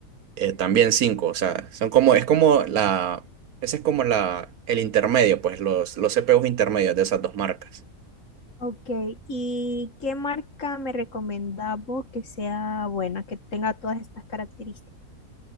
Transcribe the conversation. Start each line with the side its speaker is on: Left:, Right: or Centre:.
Right: eh, también cinco, o sea, son como, es como la, ese es como la, el intermedio, pues los, los CPUs intermedios de esas dos marcas.
Left: Ok, ¿y qué marca me recomendás vos que sea buena, que tenga todas estas características?